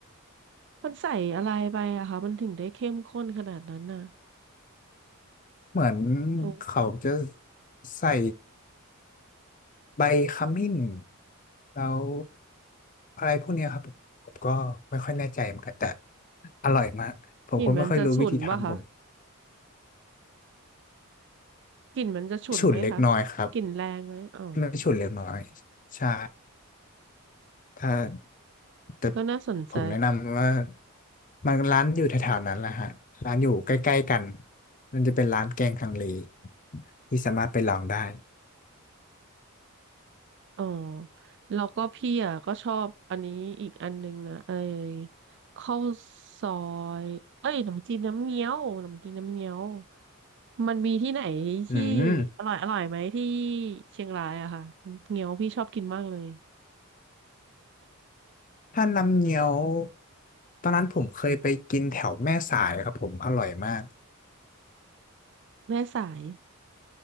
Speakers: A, on the right; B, on the left.
A: มันใส่อะไรไปอะคะมันถึงได้เข้มข้นขนาดนั้นน่ะ
B: เหมือน
A: โอ้
B: เขาจะใส่ใบขมิ้นแล้วอะไรพวกเนี้ยครับผมผมก็ไม่ค่อยแน่ใจเหมือนกันแต่อร่อยมากผมก็ไม่ค่อยรู้วิธีทำผม
A: กลิ่นมันจะฉุนป่ะคะกลิ่นมันจะฉุนไหมคะ
B: ฉุนเล็กน้อยครับ
A: กลิ่นแรงไหมอ๋อ
B: ไม่ฉุนเล็กน้อยใช่ถ้า แต่
A: ก็น่าสนใจ
B: ผมแนะนำว่ามันร้านอยู่แถวๆนั้นแหละฮะร้านอยู่ใกล้ๆกันมันจะเป็นร้านแกงฮังเลที่สามารถไปลองได้
A: อ๋อแล้วก็พี่อ่ะก็ชอบอันนี้อีกอันนึงนะไอ้ข้าวซอยเอ้ยขนมจีนน้ำเงี้ยวขนมจีนน้ำเงี้ยวมันมีที่ไหนที่
B: อืม
A: อร่อยอร่อยไหมที่เชียงรายอะค่ะน้ำเงี้ยวพี่ชอบกินมากเลย
B: ถ้าน้ำเงี้ยวตอนนั้นผมเคยไปกินแถวแม่สายครับผมอร่อยมาก
A: แม่สาย